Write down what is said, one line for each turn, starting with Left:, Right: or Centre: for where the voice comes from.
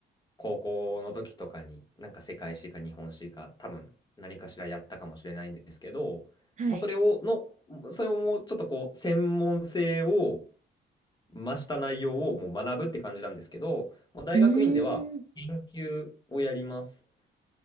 Left: 高校の時とかになんか世界史か日本史か多分何かしらやったかもしれないんですけど、
Right: はい。
Left: もうそれを、の、それをもうちょっとこう、専門性を増した内容をもう学ぶって感じなんですけど、もう大学院では研究をやります。
Right: うーん。